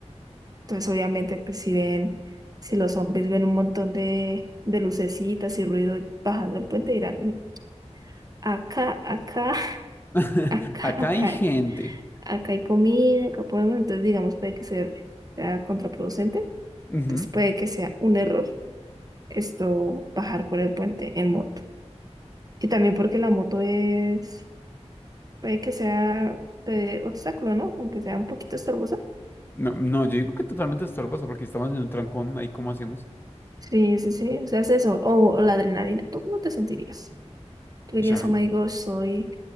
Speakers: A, on the right; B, on the left.
A: Entonces obviamente pues si ven, si los zombies ven un montón de, de lucecitas y ruido bajando el puente, dirán, "Mm, acá, acá.
B: <laughs>
A: acá,
B: Acá
A: acá,
B: hay gente.
A: acá hay comida, acá podemos, entonces digamos, puede que sea, sea contraproducente,
B: Ujú.
A: entonces puede que sea un error esto bajar por el puente en moto. Y también porque la moto es, puede que sea de obstáculo, ¿no? Aunque sea un poquito estorbosa.
B: No, no, yo digo que totalmente estorbosa porque estamos en un trancón, ahí cómo hacemos.
A: Sí, sí, sí, o sea, es eso, o, o la adrenalina, ¿tú cómo te sentirías? Tú dirías,
B: Uy, a mí-
A: oh my gosh, soy,